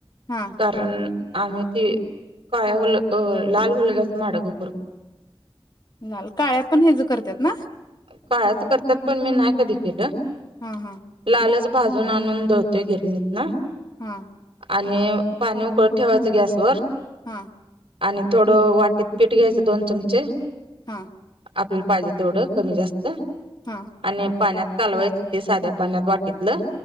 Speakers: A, on the left; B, on the right.
A: हा
B: कारण आम्ही ती काळ्या- हुल- अ लाल हुलग्याचे माडगं कर
A: लाल -काळ्या पण हेज करतात ना?
B: काळ्याच करतात पण मी नाही कधी केलं
A: हा -हा
B: लालच भाजून आणून दळतोय गिरणीतन
A: हा
B: आणि पाणी उकळत ठेवायचं गॅसवर
A: हा
B: आणि थोडं वाटीत पीठ घ्यायचं दोन चमचे
A: हा
B: आपल्याला पाहिजे तेवढं कमी जास्त..
A: हा
B: आणि पाण्यात कालवायचं ते साध्या पाण्यात वाटीतलं